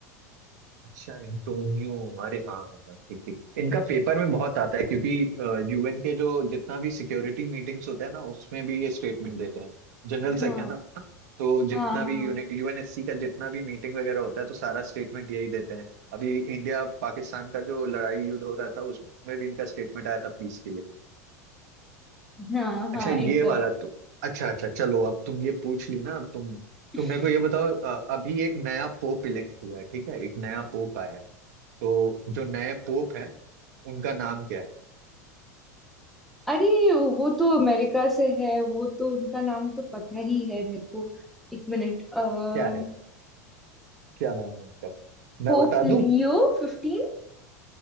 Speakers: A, on the right; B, in the centre.
A: अच्छा एंटोनियो अरे हाँ हाँ हाँ ठीक ठीक इनका पेपर में बहुत आता है क्योंकि यूएन के जो जितना भी सिक्योरिटी मीटिंग्स होते हैं ना उसमें भी ये स्टेटमेंट देते हैं जनरल
B: हाँ
A: सेक है ना तो
B: हाँ
A: जितना
B: हाँ
A: भी यूएनएससी का जितना भी मीटिंग वगैरह होता है तो सारा स्टेटमेंट यही देते हैं अभी इंडिया पाकिस्तान का जो लड़ाई युद्ध हो रहा था उसमें भी इनका स्टेटमेंट आया था पीस के लिए
B: हाँ हाँ
A: अच्छा ये
B: एकदम
A: वाला तुम अच्छा अच्छा चलो अब तुम ये पूछ ली ना अब तुम
B: <laughs>
A: तुम मेरे को ये बताओ अ, अभी एक नया पोप इलेक्ट हुआ है ठीक है एक नया पोप आया है तो जो नए पोप हैं उनका नाम क्या है
B: अरे वो तो अमेरिका से है वो तो उनका नाम तो पता ही है मेरे को एक मिनट अः
A: क्या है क्या नाम है उनका मैं
B: पोप
A: बता
B: लियो
A: दूं
B: फिफ्टीन